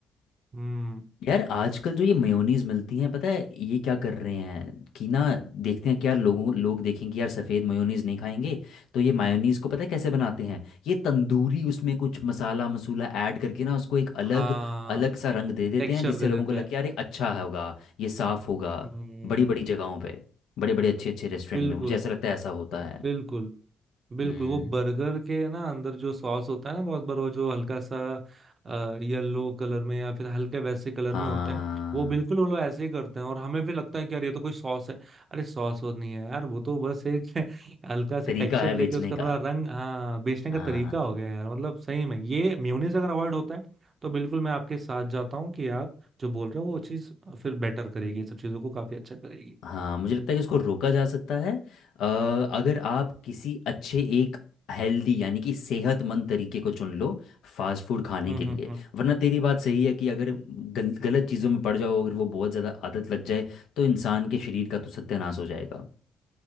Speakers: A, on the right; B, on the left.
A: हम्म
B: यार आजकल जो ये मेयोनीज मिलती हैं पता है ये क्या कर रहे हैं कि ना देखते हैं कि यार लोगों लोग देखेंगे यार सफ़ेद मेयोनीज नहीं खाएंगे तो ये मायोनीज को पता है कैसे बनाते
A: हम्म,
B: हैं ये तंदूरी उसमें कुछ मसाला मसूला ऐड करके ना उसको एक अलग
A: हाँ
B: अलग सा रंग दे देते
A: टेक्सचर
B: हैं जिससे
A: दे
B: लोगों
A: देते
B: को लगे
A: हैं
B: यार ये अच्छा होगा ये साफ होगा
A: हम्म,
B: बड़ी बड़ी जगहों पे बड़े बड़े अच्छे अच्छे रेस्टोरेंट
A: बिल्कुल
B: में मुझे ऐसा लगता है ऐसा होता है
A: बिल्कुल बिल्कुल
B: हम्म
A: वो बर्गर के ना अंदर जो सॉस होता है ना बहुत बार वो जो हल्का सा येलो कलर में या फिर हल्के वैसे कलर
B: हाँ
A: में होते हैं वो बिल्कुल वो लोग ऐसे ही करते हैं और हमें भी लगता है कि यार ये तो कोई सॉस है अरे सॉस वो नहीं है यार वो तो बस एक <laughs> हल्का सा
B: तरीका
A: टेक्सचर
B: है बेचने
A: देके उसका थोड़ा
B: का
A: रंग हाँ बेचने का
B: हाँ
A: तरीका हो गया यार मतलब सही में ये मेयोनीज अगर अवॉइड होता है तो बिल्कुल मैं आपके साथ जाता हूँ कि आप जो बोल रहे हो वो चीज़ फिर बेटर करेगी ये सब चीज़ों को काफी अच्छा करेगी
B: हाँ मुझे लगता है कि इसको रोका जा सकता है अ, अगर आप किसी अच्छे एक हेल्दी यानी कि सेहतमंद तरीके को चुन लो फास्ट फूड खाने
A: हम्म
B: के लिए
A: हम्म हम्म
B: वरना तेरी बात सही है कि अगर गल, गलत चीज़ों में पड़ जाओ अगर वो बहुत ज़्यादा आदत लग जाए तो इंसान के शरीर का तो सत्यानाश हो जाएगा